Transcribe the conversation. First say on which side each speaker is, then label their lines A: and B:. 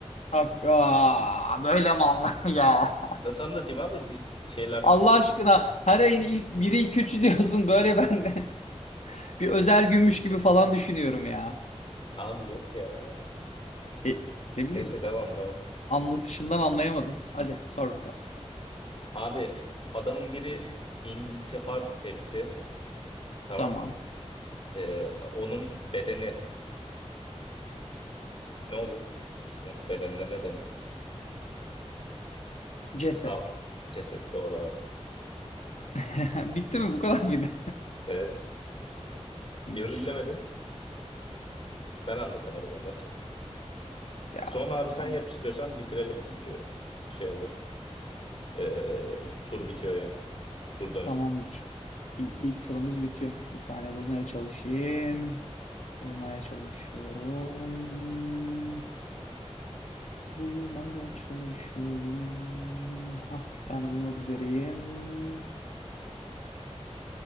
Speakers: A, on the left; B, on the left.
A: Hak. Aa, böyle mi Allah <laughs> ya?
B: Nasıl anlatayım abi C- şeyler
A: Allah aşkına her ayın ilk biri iki üçü diyorsun böyle ben de <laughs> bir özel gümüş gibi falan düşünüyorum ya.
B: abi yok ya.
A: E, ne
B: Neyse
A: bileyim
B: devam devam.
A: anlatışından anlayamadım. Hadi sor bakalım.
B: Abi adamın biri intihar etti tamam
A: Tamam.
B: mı? E, onun bedeni ne olur? İsmi bedenine ne denir? Sa
A: Ceset.
B: ceset doğru abi.
A: <laughs> Bitti mi bu kadar mıydı?
B: Evet. Birini
A: <laughs> İyiymiş.
B: bilemedin. Ben anlatamadım ama. Son
A: Ya
B: abi
A: sağ
B: sen yap
A: ol.
B: istiyorsan bitirelim çünkü şey oluyor. Ee, ilk tur bitiyor yani. Tur dönsün.
A: Tamamdır. İ- İlk turumuz bitiyor. Bir saniye bulmaya çalışayım. Bulmaya çalışıyorum. Bulmaya çalışıyorum. Ah bir tane bulmak üzereyim.